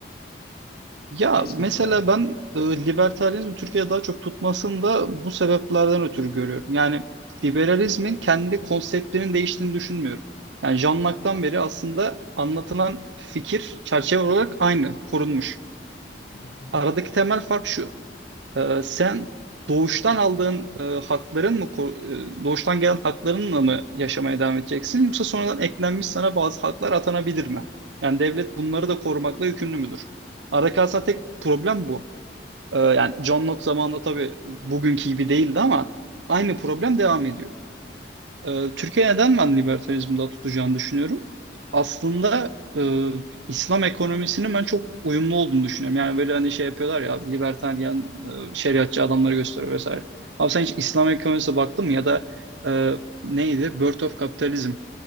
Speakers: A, on the right (about 80°); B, on the left (about 55°).
A: Ya
B: Mesela
A: mesela ben e, libertarianizmi Türkiye'de daha çok tutmasını da bu sebeplerden ötürü görüyorum. Yani liberalizmin kendi konseptlerinin değiştiğini düşünmüyorum. Yani Jean Locke'tan beri aslında anlatılan fikir çerçeve olarak aynı, korunmuş.
B: Hı hı.
A: Aradaki temel fark şu. Ee, sen doğuştan aldığın e, hakların mı koru- e, doğuştan gelen haklarınla mı yaşamaya devam edeceksin yoksa sonradan eklenmiş sana bazı haklar atanabilir mi? Yani devlet bunları da korumakla yükümlü müdür? Aradaki aslında tek problem bu. Ee, yani John Locke zamanında tabii bugünkü gibi değildi ama aynı problem devam ediyor. Ee, Türkiye neden ben libertalizmi daha tutacağını düşünüyorum? Aslında e, İslam ekonomisinin ben çok uyumlu olduğunu düşünüyorum. Yani böyle hani şey yapıyorlar ya libertaryen e, şeriatçı adamları gösteriyor vesaire. Abi sen hiç İslam ekonomisine baktın mı ya da e, neydi? Birth of Capitalism.